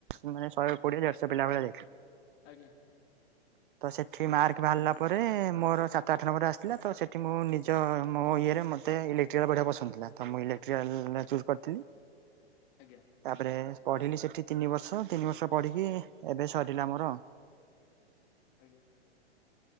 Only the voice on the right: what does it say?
ମାନେ ଶହେ କୋଡିଏ ଦେଡ୍ଶ ପିଲା ଭଳିଆ ଯାଇଥିଲୁ।
ତ ସେଠି ମାର୍କ ବାହାରିଲା ପରେ ରେ ମୋର ସାତ ଆଠ ନମ୍ବର ଆସିଥିଲା ତ ସେଠି ମୁଁ ନିଜ ମୋ ଇଏରେ ମତେ ଇଲେକ୍ଟ୍ରିକାଲ ପଢିବା ପସନ୍ଦ ଥିଲା। ତ ମୁଁ ଇଲେକ୍ଟ୍ରାଲ ଚୁଜ କରିଥିଲି।
ତାପରେ ପଢିଲି ସେଠି ତିନିବର୍ଷ ତିନିବର୍ଷ ପଢିକି ଏବେ ସରିଲା ମୋର।